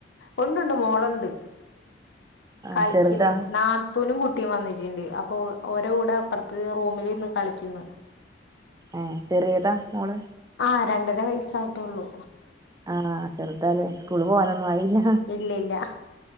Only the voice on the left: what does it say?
ഉണ്ട്ണ്ട് മോളുണ്ട്
കളിക്കുന്നു
ന്നാ ത്തോനും കുട്ടീം വന്നിട്ടിണ്ട് അപ്പൊ ഓരെ കൂടെ അപ്പറത്ത് റൂമിൽ ഇര്ന്ന് കളിക്കുന്നു
ആഹ് രണ്ടര വയസ്സായിട്ടൊള്ളു
ഇല്ല ഇല്ല